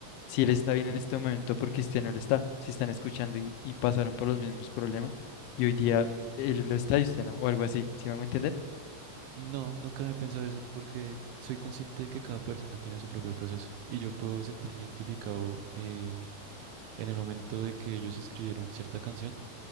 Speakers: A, on the left (about 80°); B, on the right (about 80°).
A: Si él está bien en este momento, porque usted no lo está. Si están escuchando y, y pasaron por los mismos problemas y hoy día
B: Eh,
A: él lo está y usted no, o algo así. ¿Sí me hago entender?
B: No, nunca me he pensado eso, porque soy consciente de que cada persona tiene su propio proceso y yo puedo sentirme identificado eh, en el momento de que ellos escribieron cierta canción,